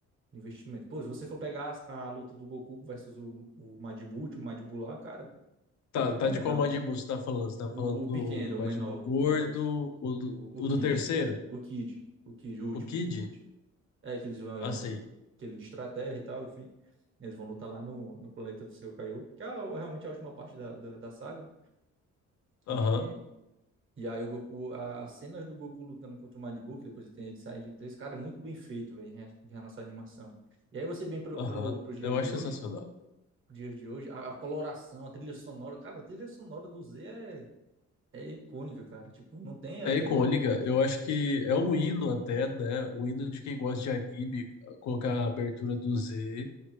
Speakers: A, on the right; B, on the left.
A: investimento. Pô, se você for pegar a, a luta do Goku versus o, o Madibu, o Madibu lá, cara,
B: Tá,
A: é fenomenal.
B: tá de qual Majin Buu você tá falando? Você tá falando
A: O, o
B: do,
A: pequeno,
B: do
A: o
B: Majin
A: menor,
B: Buu gordo,
A: o lá do.
B: o do,
A: O, o
B: o do
A: Kid.
B: terceiro?
A: O Kid. O Kid, o último,
B: O Kid?
A: o último. É, que eles vão.
B: Ah, sei.
A: Aquele de estratégia e tal, enfim. Eles vão lutar lá no, no planeta do seu Kaiô, que é a- realmente a última parte da, da, da saga, né? Que.
B: Aham.
A: E aí o Goku, a- as cenas do Goku lutando contra o Majin Buu, que depois tem ele sair de três, cara, é muito bem feito, velho, em re- em relação à animação. E aí você vem pro,
B: Aham,
A: pro, pros dias
B: eu
A: de
B: acho
A: hoje,
B: sensacional.
A: os dias de hoje. A, a coloração, a trilha sonora, cara, a trilha sonora do Z é, é icônica, cara. Tipo, não tem
B: É
A: até,
B: icônica,
A: até hoje.
B: eu acho que é um hino até, né? O hino de quem gosta de anime, colocar a abertura do Z,